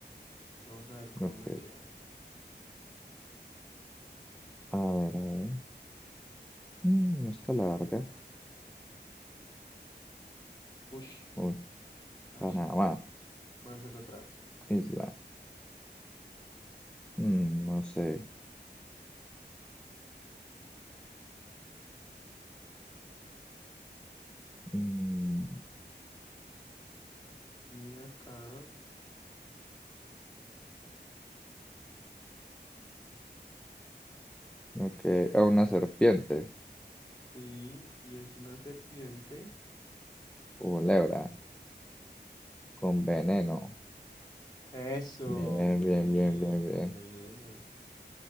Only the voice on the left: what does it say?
Vamos a ver cómo
me queda.
Ush,
ash,
voy a hacerlo otra vez.
Y acá,
sí, y es una serpiente.
Eso,
muy
bien,
con
veneno.